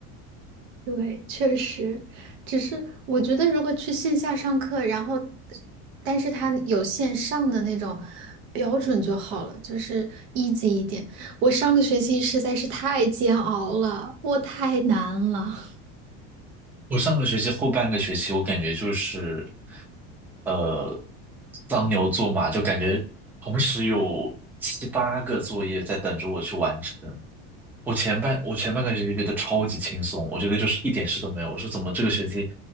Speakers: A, on the right (about 70°); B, in the centre.
A: 对，确实，只是我觉得如果去线下上课，然后，但是他有线上的那种标准就好了，就是 easy 一点。我上个学期实在是太煎熬了，我太难了，
B: 我上个学期后半个学期，我感觉就是，呃，当牛做马，就感觉同时有七八个作业在等着我去完成。我前半我前半个学期觉得超级轻松，我觉得就是一点事都没有。我说怎么这个学期